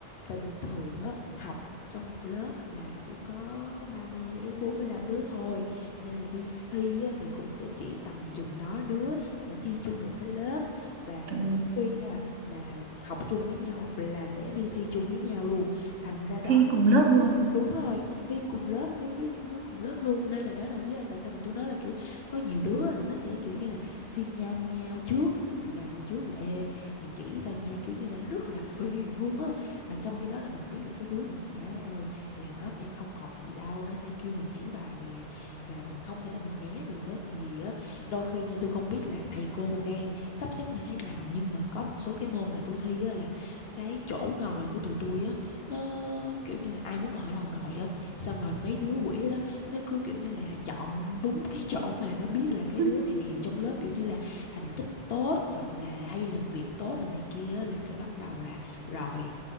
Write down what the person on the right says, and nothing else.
ờ,
thi cùng lớp luôn
<laughs>